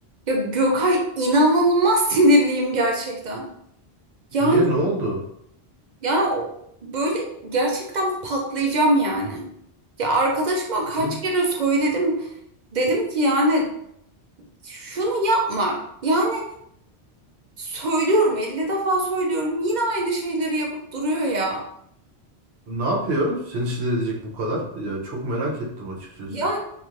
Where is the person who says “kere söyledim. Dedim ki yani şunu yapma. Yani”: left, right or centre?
Right